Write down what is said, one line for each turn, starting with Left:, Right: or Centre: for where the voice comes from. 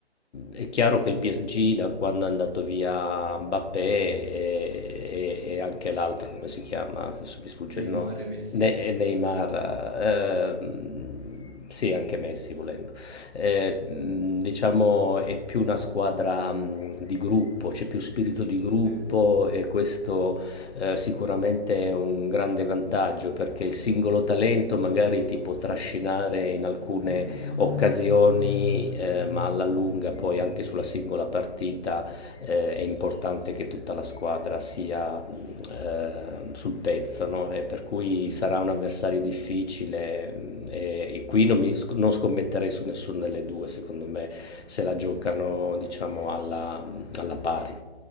Left: eh, è chiaro che il PSG da quando è andato via Mbappé e, e- e anche l'altro, come si chiama? Adesso mi sfugge
Centre: Neymar
Left: il nome.
Centre: e Messi?
Left: Ne- Neymar, ehm, sì, anche Messi volendo eh, mh, diciamo è più una squadra mh, di gruppo, c'è più spirito di gruppo
Centre: Sì,
Left: e questo eh, sicuramente è un grande vantaggio perché il singolo talento magari ti può trascinare in alcune occasioni, eh, ma alla lunga poi anche sulla singola partita eh, è importante che tutta la squadra sia ehm,
Centre: sì,
Left: sul pezzo, no? E per cui sarà un avversario difficile mh, e, e qui non, mi sc- non scommetterei su nessuna delle due, secondo me, se la giocano, diciamo, alla, mm, alla pari.